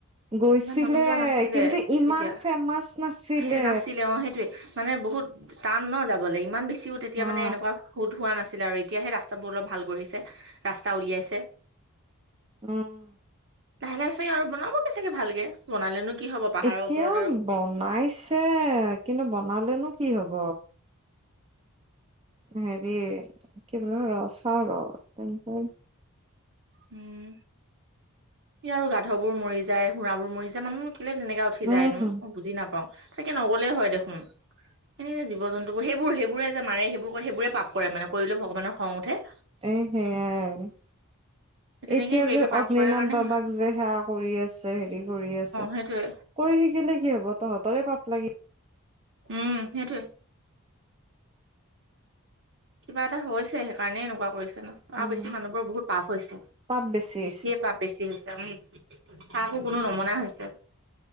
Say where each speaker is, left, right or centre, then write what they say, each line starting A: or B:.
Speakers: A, on the right; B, on the right.
A: গৈছিলে,
B: ইমান মানুহ যোৱা নাছিলে
A: কিন্তু ইমান
B: তেতিয়া।
A: ফেমাচ নাছিলে।
B: সেই নাছিলে অ সেইটোৱে মানে বহুত টান ন যাবলে, ইমান বেছিও তেতিয়া
A: হা
B: মানে এনেকুৱা সোধ হোৱা নাছিলে আৰু এতিয়াহে ৰাস্তাবোৰ অলপ ভাল কৰিছে, ৰাস্তা উলিয়াইছে।
A: উম।
B: লাহে লাহে চাগে আৰু বনাব কি চাগে ভালকে। বনালেনো কি হ'ব পাহাৰৰ
A: এতিয়া
B: ওপৰত আৰু
A: বনাইছে। কিন্তু বনালেনো কি হ'ব! হেৰি কি বোলো ৰ' চাওঁ ৰ' <unintelligible>
B: উম। ইয়াৰো গাধবোৰ মৰি যায়, ঘোঁৰাবোৰ মৰি যায়, মানুহবোৰ কেলে তেনেকা উঠি
A: উম
B: যায়নো। বুজি নাপাওঁ। তাকে নগ'লেই হয় দেখোন। এহ জীৱ-জন্তুবোৰ। সেইবোৰ সেইবোৰে যে মাৰে, সেইবোৰে পাপ কৰে মানে, কৰিলে ভগৱানৰ খং উঠে
A: এহ সেয়াই।
B: তেনেকে
A: এতিয়া
B: কিবা
A: যে
B: কিবি পাপ
A: অগ্নিনাভ
B: কৰাৰ কাৰণে
A: বাবাক যে সেৱা কৰি আছে, হেৰি কৰি আছে।
B: সেইটোৱে।
A: কৰি থাকিলে কি হ'ব, তহঁতৰে পাপ লাগিব।
B: উম সেইটোৱে। কিবা এটা হৈছে, সেইকাৰণে এনেকুৱা কৰিছে ন? আৰু
A: উম
B: বেছি মানুহবোৰৰ বহুত পাপ হৈছে।
A: পাপ বেছি
B: বেছিয়ে
A: হৈছে
B: পাপ বেছি হৈছে। উম কাকো কোনো নমনা হৈছে।